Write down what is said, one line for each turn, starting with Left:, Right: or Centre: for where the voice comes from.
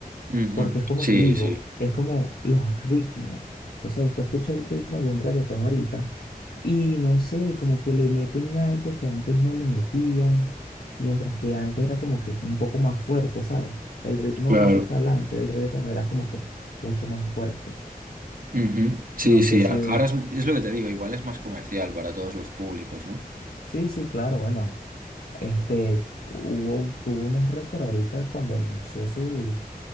Right: Ujú.
Left: Porque es como
Right: Sí,
Left: te digo,
Right: sí,
Left: es como los ritmos. O sea, usted escucha el ritmo de un reggaetón ahorita y no sé, como que le meten algo que antes no le metían, mientras que antes era como que un poco más fuerte, ¿sabes? El ritmo
Right: claro.
Left: musical antes del reggaetón era como que mucho más fuerte.
Right: Ujú. Sí,
Left: No
Right: sí,
Left: sé
Right: a-
Left: si...
Right: ahora es, es lo que te digo, igual es más comercial para todos los públicos, ¿no?
Left: Sí, sí, claro, bueno. Este, hubo, tuvo unos récords ahorita cuando anunció su